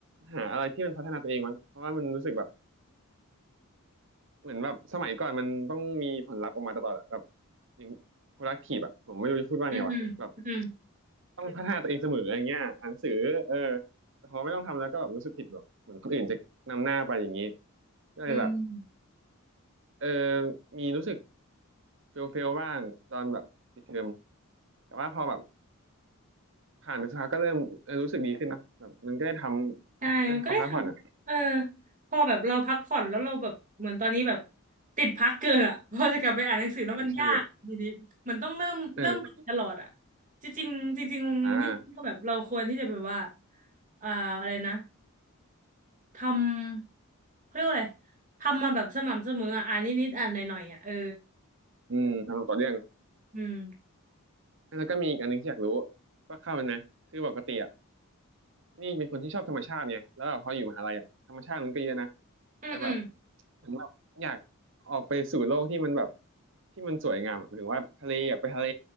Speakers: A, on the right; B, on the right.
A: หาอะไรที่มันพัฒนาตัวเองมั้งเพราะว่ามันรู้สึกแบบเหมือนแบบสมัยก่อนมันต้องมีผลลัพธ์ออกมาตลอดอะแบบอย่าง productive อ่ะผมไม่รู้จะพูดว่าไงวะแบบ
B: อืมอืมอืม
A: ต้องพัฒนาตัวเองเสมออย่างเงี้ยอ่านหนังสือเออแต่พอไม่ต้องทำแล้วก็แบบรู้สึกผิดแบบเหมือนคนอื่นจะนำหน้าไปอย่างนี้ก็เลยแบบ
B: อืม
A: เออมีรู้สึกเฟลเฟลบ้างตอนแบบปิดเทอมแต่ว่าพอแบบผ่านไปสักพักก็เริ่มเออรู้สึกดีขึ้นนะแบบมันก็ได้ทำได้พักผ่อนอ่ะ
B: ใช่มันก็ได้ทำเออพอแบบเราพักผ่อนแล้วเราแบบเหมือนตอนนี้แบบติดพักเกินอ่ะ <laughs> พอจะกลับไปอ่านหนังสือแล้วมันยากทีนี้มันต้องเริ่มเริ่มใหม่ตลอดอ่ะ
A: อ่าใช่เออ
B: จริงๆจริงๆนี่ก็แบบเราควรที่จะแบบว่า
A: อ่า
B: อ่าอะไรนะทำเขาเรียกว่าอะไร ทำมาแบบสม่ำเสมออ่ะอ่านนิดๆอ่านหน่อยๆอ่ะ เออ
A: อืมทำต่อเรื่อง
B: อืม
A: แล้วก็มีอีกอันหนึงที่อยากรู้ว่าเข้าเป็นไหมคือปกติอะ นี่เป็นคนที่ชอบธรรมชาติไงแล้วแบบพออยู่มหาลัยอ่ะธรรมชาติมันก็เยอะนะ
B: อืมอืม
A: แต่แบบเหมือนแบบอยากออกไปสู่โลกที่มันแบบที่มันสวยงามอะหมายถึงว่าทะเลอยากไปทะเล